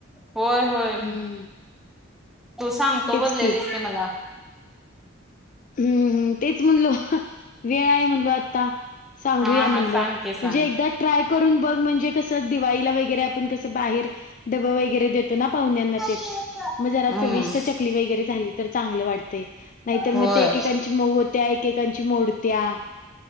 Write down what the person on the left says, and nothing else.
हम्म.
तेच
की.
हम्मम तेच म्हणलो वेळ आहे म्हणलो आता सांगूया
म्हणलं
म्हणजे एकदा ट्राय करून बघ म्हणजे कसं दिवाळीला वगैरे आपण कसं बाहेर डबं वगैरे देतो ना पाहुण्यांना
ते मग जरा चविष्ट चकली वगैरे झाली तर चांगले वाटते नाहीतर
मग एककांची मऊ होत्या एकेकांची मोडत्या